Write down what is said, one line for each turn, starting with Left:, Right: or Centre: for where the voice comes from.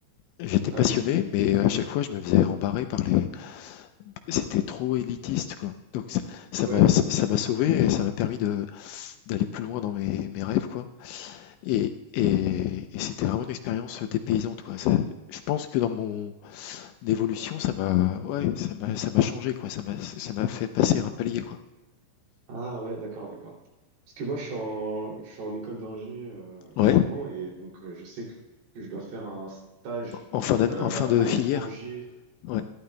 Left: j'étais
Right: Ah
Left: passionné,
Right: oui.
Left: mais à chaque fois, je me faisais rembarrer par les. C'était trop élitiste, quoi. Donc, ça
Right: Ouais.
Left: m'a ça m'a sauvé et ça m'a permis de, d'aller plus loin dans mes, mes rêves, quoi. Et, et, et c'était vraiment une expérience dépaysante, quoi. Ça- je pense que dans mon évolution, ça m'a, ouais, ça m'a, ça m'a changé, quoi. Ça m'a, ça m'a fait passer un palier, quoi.
Right: Ah ouais, d'accord, d'accord. Parce que moi, je suis en, je suis en école d'ingé euh, actuellement
Left: Ouais.
Right: et donc euh, je sais que je dois faire un stage
Left: En fin d'année,
Right: euh,
Left: en fin de
Right: à
Left: filière.
Right: l'étranger,
Left: Ouais,